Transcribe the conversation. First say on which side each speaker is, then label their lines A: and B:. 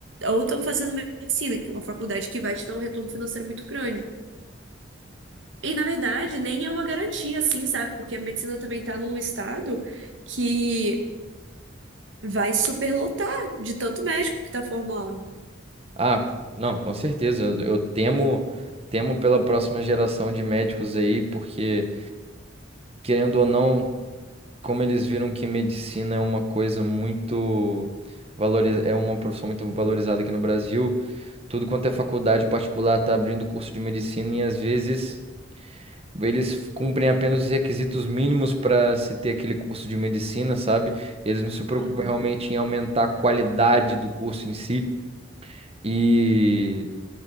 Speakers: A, on the right (about 80°); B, on the right (about 30°).
A: ou estão fazendo medicina, que é uma faculdade que vai te dar um retorno financeiro muito grande. E na verdade, nem é uma garantia assim, sabe? Porque a medicina também tá num estado que vai superlotar de tanto médico que tá formando.
B: Ah, não, com certeza. Eu, eu temo, temo pela próxima geração de médicos aí, porque, querendo ou não, como eles viram que medicina é uma coisa muito valoriz... é uma profissão muito valorizada aqui no Brasil, tudo quanto é faculdade particular tá abrindo curso de medicina e às vezes. Eles cumprem apenas os requisitos mínimos para se ter aquele curso de medicina, sabe? Eles não se preocupam
A: Aham.
B: realmente em aumentar a qualidade do curso em si. E,